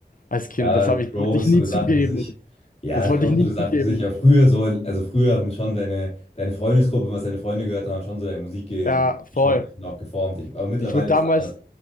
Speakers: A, on the left; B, on the left.
A: als Kind.
B: Ja,
A: Das habe
B: Crow
A: ich, wollte ich
B: ist
A: nie
B: so eine
A: zugeben.
B: Sache für sich. Ja,
A: Das wollte
B: Crow
A: ich
B: ist
A: nie
B: so eine
A: zugeben.
B: Sache für sich, aber früher so, also früher haben schon deine, deine Freundesgruppe, was deine Freunde gehört haben, haben schon so deinen Musikgeschmack
A: Ja, voll.
B: ein bisschen auch geformt. Ich, aber mittlerweile
A: Ich wurde damals,
B: ist es anders.